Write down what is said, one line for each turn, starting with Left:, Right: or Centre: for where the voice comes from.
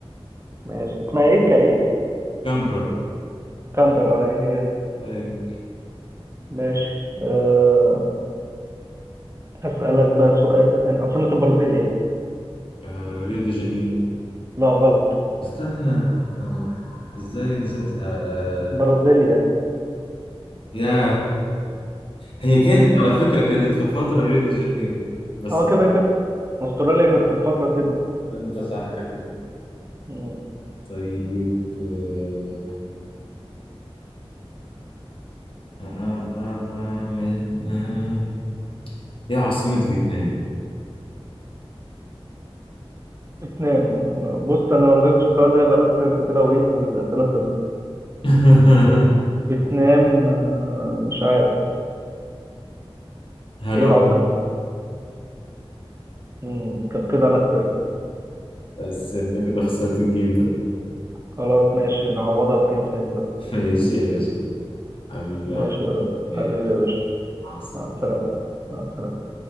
Right: ماشي اسمها ايه كايه
Left: كامبرا
Right: كامبرا ايه هي دي
Left: أي
Right: ماشي أه... هسألك بقى سؤال تاني عاصمة البرازيل ايه
Left: آه ريو دي جانيرو
Right: لا غلط
Left: استنى أنا قلت ازاي نسيتها آه
Right: برازيليا
Left: يا هي كانت
Right: مم.
Left: على فكرة كانت في فترة ريو دي جانيرو بس
Right: اه كده كده استراليا كانت في فترة سيدني
Left: انت صح كده
Right: مم.
Left: طيب آه آه آه آه آه آه. ايه عاصمة فيتنام
Right: فيتنام بص انا لو ما جبتش السؤال ده يبقى انا خسرت كده وايه والاسئله خلصت
Left: <laughs>
Right: فيتنام آه، مش عارف
Left: هانوي
Right: ايه العاصمة مم. طب كده انا خسرت
Left: بس انت كده خسرت الجيم ده
Right: خلاص ماشي نعوضها بجيم تاني بقى
Left: ماشي يا باشا حبيبي
Right: ماشي
Left: يا عبد
Right: يا راجل
Left: ماشي
Right: حبيبي يا باشا
Left: مع السلامة
Right: مع السلامة مع السلامة